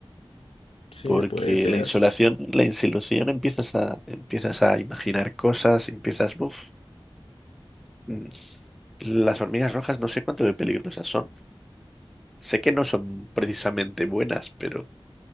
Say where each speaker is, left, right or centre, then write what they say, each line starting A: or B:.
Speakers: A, on the left; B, in the centre.
A: sí,
B: porque
A: puede ser.
B: la insolación, la insolación empiezas a, empiezas a imaginar cosas, empiezas, uf, mm, las hormigas rojas no sé cuánto de peligrosas son. Sé que no son precisamente buenas, pero